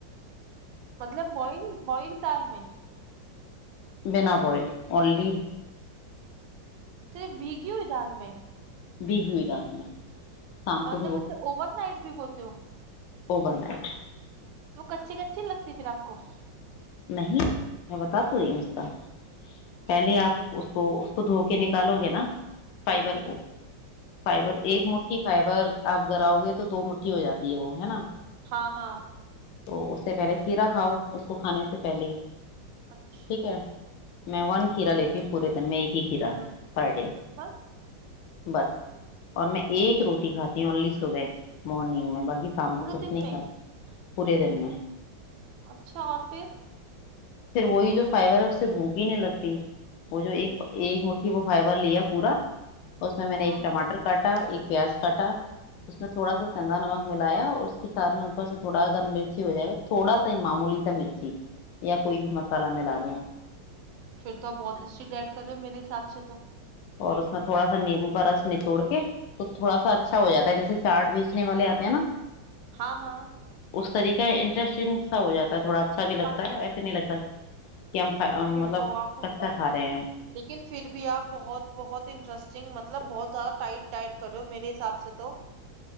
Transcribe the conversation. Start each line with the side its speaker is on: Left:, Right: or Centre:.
Right: مطلب بول بوئل تال میں
Left: بین بئل انلی
Right: صرف بگی ہوئی دال میں
Left: دی ہوئی گال میں شام
Right: مطلب
Left: کو
Right: اس سے اوور نائٹ بھی ہوتے ہو
Left: اوبور نائٹ
Right: تو کچی کچی لگتی پھر آپ کو ک
Left: نہیں لگتی میں بتا تو رہی ہوں اس کا
Right: کیسے
Left: پہلے آپ اس کو خودھو کے نکالو گے نا
Right: ہوں
Left: فائبر
Right: ہوں
Left: کو فائبر
Right: ہوں ہوں
Left: ایک مٹھی فائبر آپ گھر آؤ گے تو دو مٹھی ہو جاتی ہے وہ ہے نا
Right: ہاں ہاں
Left: تو اس سے پہلے کھیرا کھؤ اسس کو کھانے اس سے پہلے <unintelligible>
Right: اچھا
Left: ٹھیک ہے میں ون
Right: ٹھیک
Left: کھیرا لیتی
Right: ہے
Left: ہوں پورے دن میں ایک ہی کھیرا
Right: ہوں
Left: پر ڈے
Right: بس
Left: بس اور میں
Right: اچھا
Left: ایک روٹی کھاتی ہوں الی صب مارننگ میں باقی شام
Right: پورے
Left: کو کچھ
Right: دن
Left: نہیں
Right: میں
Left: کھاتے پورے دن میں
Right: اچھا اور پھر
Left: پھر وہی جو فائبر ہے اس سے بھوک ہی نہیں لگتی وہ جو ایک ایک مٹھی وہ فائبر لیا پورا اس میں
Right: ہاں
Left: نے ایک ٹماٹر
Right: ہاں
Left: کاٹا ایک پیاز کاٹا اس میں تھوڑا سا سندا نمک ملایا اور اس کے سھ میں اوپر سے تھوڑا اگر مرچی ہو جائے گا تھوڑا سا ہی معمولی سا مرچی یا کوئی بھی مسالہ میں ل لوں
Right: پھر تو آپ بہت
Left: ہے نا
Right: اسٹرک ڈ ایڈ کر رہے ہو میرے حساب سے تو
Left: اور اس میں تھوڑا سا نیمبو کا رس نچوڑ کے تو تھوڑا سا اچھا ہو جاتا ہے جیسے چاٹ بیچنے والے آتے ہیں نا
Right: ہاں ہاں
Left: اس طریقے انٹرسٹنگ سا ہو جاتا ہے تھوڑا اچھا بھی لگتا
Right: پ پ
Left: ہے ایسے نہیں لگتا کہ ہم
Right: جی پھر
Left: مطلب
Right: تو آپ
Left: کچا کھا رہے ہیں
Right: لیکن پھر بھی آپ بہت بہت انٹرسٹنگ مطلب بہت زیادہ ٹائٹ ڈائٹ کر رہ ہو میرے حساب سے تو